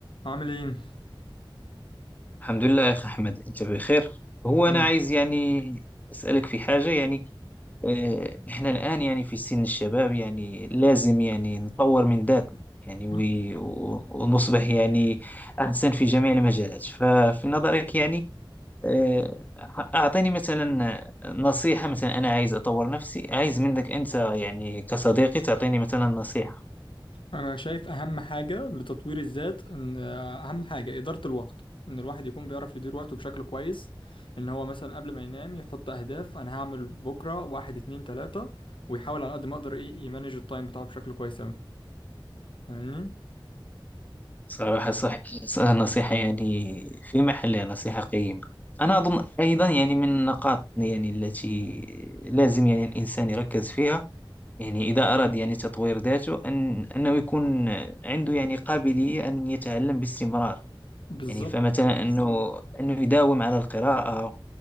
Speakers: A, on the left; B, on the left.
A: عامل ايه؟
B: الحمد لله يا أخي أحمد أنت بخير هو
A: عامل
B: أنا عايز يعني أسألك في حاجة يعني آه، إحنا الآن يعني في سن الشباب يعني لازم يعني نطور من ذاتنا يعني وي-
A: إيه؟
B: و- ونصبح يعني أحسن في جميع المجالات ففي نظرك يعني آه، أعطيني مثلا نصيحة مثلا أنا عايز أطور نفسي عايز منك أنت يعني كصديقي تعطيني مثلا نصيحة
A: انا شايف اهم حاجة لتطوير الذات ان آه، اهم حاجة إدارة الوقت ان الواحد يكون بيعرف يدير وقته بشكل كويس ان هو مثلا قبل ما ينام يحط اهداف انا هعمل بكرة واحد اتنين تلاتة ويحاول على قد ما اقدر ايه يمانج التايم بتاعه بشكل كويس اوي فاهمني؟
B: صراحة صح نصيحة يعني في محلها نصيحة قيمة أنا أظن أيضا يعني من النقاط يعني التي لازم يعني الإنسان يركز فيها يعني إذا أراد يعني تطوير ذاته أن أنه يكون عنده يعني قابلية أن يتعلم باستمرار
A: بالظبط
B: يعني فمثلا أنه أنه يداوم على القراءة